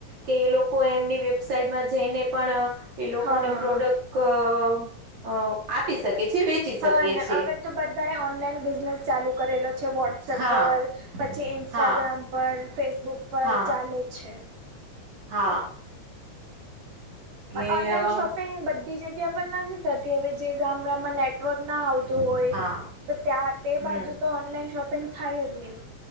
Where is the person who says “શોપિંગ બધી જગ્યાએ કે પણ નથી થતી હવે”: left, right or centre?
Right